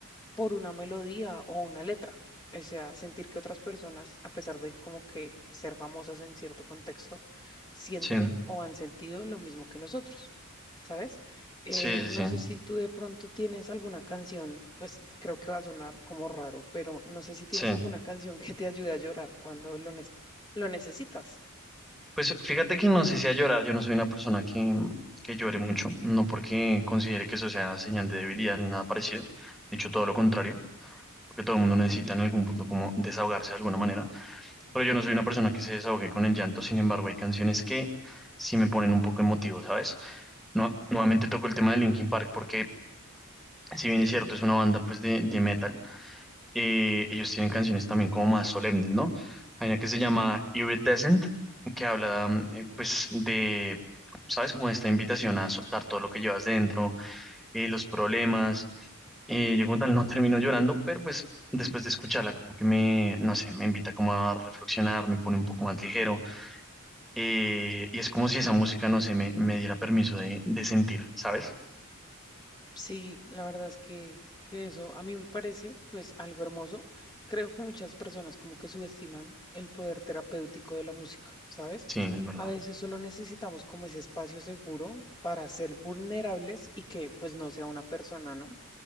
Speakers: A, on the left (about 20°); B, in the centre.
A: por una melodía o una letra. O sea, sentir que otras personas, a pesar de como que ser famosas en cierto contexto, sienten
B: sí,
A: o han sentido lo mismo que nosotros, ¿sabes? Eh,
B: sí,
A: no
B: sí, sí.
A: sé si tú de pronto tienes alguna canción, pues creo que va a sonar como raro, pero no sé si tienes
B: sí.
A: alguna canción que te ayude a llorar cuando lo, nes- lo necesitas.
B: Pues fíjate que no sé si a llorar, yo no soy una persona que, que llore mucho, no porque considere que eso sea señal de debilidad ni nada parecido, de hecho todo lo contrario, porque todo el mundo necesita en algún punto como desahogarse de alguna manera, pero yo no soy una persona que se desahogue con el llanto, sin embargo hay canciones que sí me ponen un poco emotivo, ¿sabes? No, nuevamente toco el tema de Linkin Park porque si bien es cierto es una banda pues de, de metal, eh, ellos tienen canciones también como más solemnes, ¿no? Hay una que se llama Iridescent, que habla, mm, eh, pues, de, ¿sabes? Como esta invitación a soltar todo lo que llevas dentro, eh, los problemas. Eh, yo como tal no <laughs> termino llorando, pero pues después de escucharla como que me, no sé, me invita como a reflexionar, me pone un poco más ligero. eh, y es como si esa música, no sé, me, me diera permiso de, de sentir, ¿sabes?
A: Sí, la verdad es que, que eso a mí me parece pues algo hermoso. Creo que muchas personas como que subestiman el poder terapéutico de la música, ¿sabes?
B: Sí, en verdad.
A: A veces solo necesitamos como ese espacio seguro para ser vulnerables y que pues no sea una persona, ¿no?